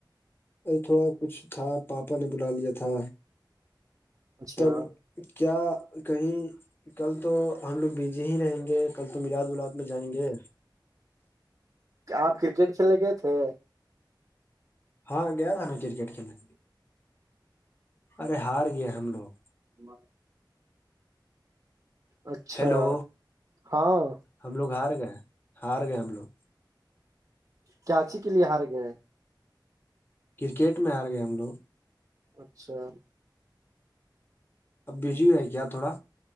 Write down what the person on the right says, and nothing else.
اچھا
آپ کرکٹ کھیلنے گئے تھے
ب اچھا
ہاں
کیااچی کے لیے ہار گئے ہیں
اچھا